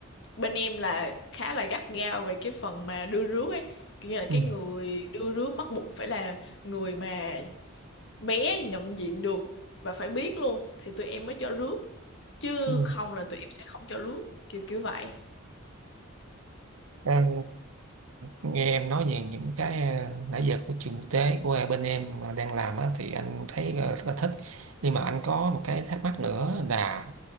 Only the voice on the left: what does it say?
Bên em là khá là gắt gao về cái phần mà đưa rước ấy, kiểu như là
cái người đưa rước bắt buộc phải là người mà bé nhận diện được và phải biết luôn thì tụi em mới cho rước chứ
không là tụi em sẽ không cho rước kiểu kiểu vậy.